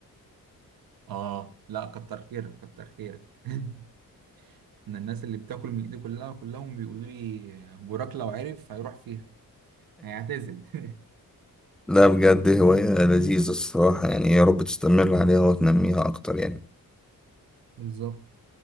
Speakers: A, on the right (about 75°); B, in the centre.
A: <laughs> اه لا كتر خيرك كتر خيرك <laughs> ان الناس اللي بتاكل من ايدي كلها كلهم بيقولوا لي بوراك لو عرف هيروح فيها هيعتزل <laughs>
B: لا بجد هواية لذيذة الصراحة يعني يا رب تستمر عليها وتنميها أكتر يعني
A: بالظبط